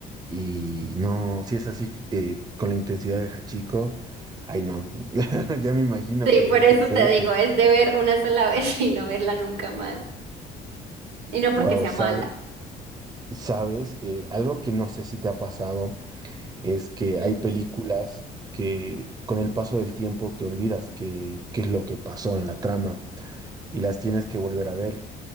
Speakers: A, on the right; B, on the right.
A: Y no, si es así, eh, con la intensidad de Hachiko, ay no, <laughs> ya me imagino
B: Sí,
A: que
B: por
A: debe
B: eso
A: ser Sí. fuerte.
B: te digo, es de ver una sola <laughs> vez y no verla nunca más. Y no porque
A: Wow,
B: sea
A: ¿sabes?
B: mala.
A: ¿Sabes? Eh, algo que no sé si te ha pasado. es que
B: Mm.
A: hay películas que con el paso del tiempo te olvidas qué qué es lo que pasó en la trama y las tienes que volver a ver